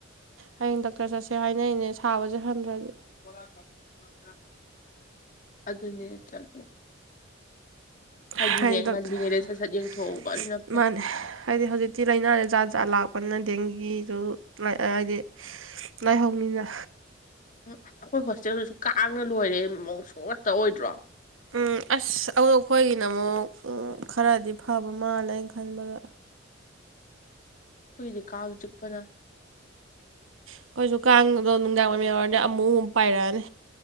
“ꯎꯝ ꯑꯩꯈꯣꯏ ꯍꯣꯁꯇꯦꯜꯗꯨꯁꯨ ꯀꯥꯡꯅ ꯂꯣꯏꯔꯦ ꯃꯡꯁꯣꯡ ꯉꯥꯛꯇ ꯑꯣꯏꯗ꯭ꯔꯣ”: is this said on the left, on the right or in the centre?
Left